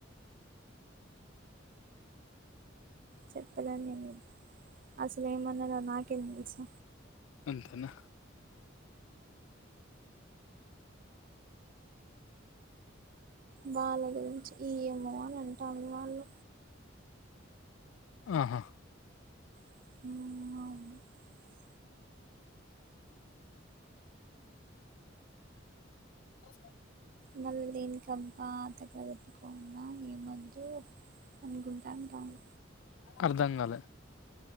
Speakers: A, on the right; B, on the left.
A: చెప్పడాన్ని ఏం లేదు అసలే ఏమన్నారో నాకేం తెలుసు
B: అంతేనా
A: వాళ్ళ గురించి ఇయ్యాము అని అంటారు వాళ్ళు
B: ఆహా
A: <unintelligible> అవును
B: <inaudible>
A: మళ్ళీ దేనికంతా తగల పెట్టుకోవాళ్ళ ఏం వద్దు అనుకుంటా అంటారు
B: అర్థం కాలే